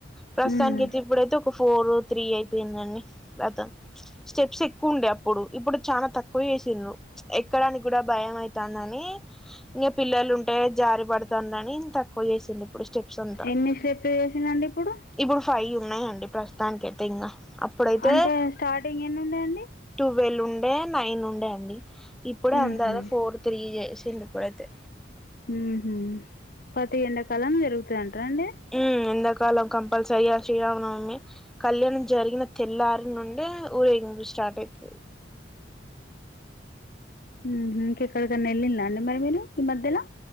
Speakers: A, in the centre; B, on the left (about 50°).
A: ప్రస్తుతానికి
B: హ్మ్.
A: అయితే ఇప్పుడైతే ఒక ఫోర్ త్రీ అయిపోయిందండి రథం స్టెప్స్ ఎ క్కుండే అప్పుడు ఇప్పుడు చానా తక్కువ చేసిండ్రు ఎక్కడానికి కూడా భయం ఐతాందిని ఇంకా పిల్లలు ఉంటే జారి పడుతుండని తక్కువ చేసిండు ఇప్పుడు స్టెప్స్ అంతా
B: ఎన్ని స్టెప్లు చేసిండండి ఇప్పుడు
A: ఇప్పుడు ఫైవ్ ఉన్నాయండి ప్రస్ దానికైతే ఇంగా అప్పుడైతే
B: అంటే స్టార్టింగ్ ఎన్ని ఉండే అండి
A: ట్వెల్వ్ ఉండే నైన్ ఉండే అండి ఇప్పుడు
B: ఊహు
A: అందరూ ఫోర్ త్రీ చేసిండు ఇప్పుడైతే
B: ఉంహ్ పతి ఎెడా కాలం జరుగుతంటార అండి
A: ఉం ఎండకాలం కంపల్సరిగా శ్రీరామ నవమి కళ్యాణం జరిగిన తెల్లారి నుండే ఊరేగింపు స్టార్ట్ అయితుది
B: మ్ ఇంకెక్కడికన్నా వెళ్ళిన్రా అండి మరి మీరు ఈ మధ్యలో